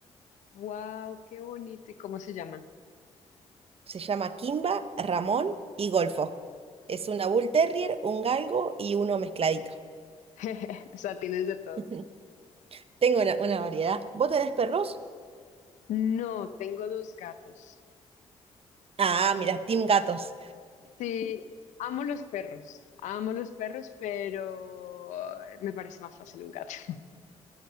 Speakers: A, on the left; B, on the right.
A: ¡Wow! ¡Qué bonito! ¿Y cómo se llaman?
B: <laughs> Se llama Kimba, Ramón y Golfo. Es una Bull Terrier, un galgo y uno mezcladito.
A: <laughs> O sea, tienes de todo.
B: <laughs> Tengo una, una variedad. ¿Vos tenés perros?
A: No, tengo dos gatos.
B: Ah, mira, Team Gatos.
A: Sí, amo los perros, amo los perros, pero eh, me parece más fácil un gato. <laughs>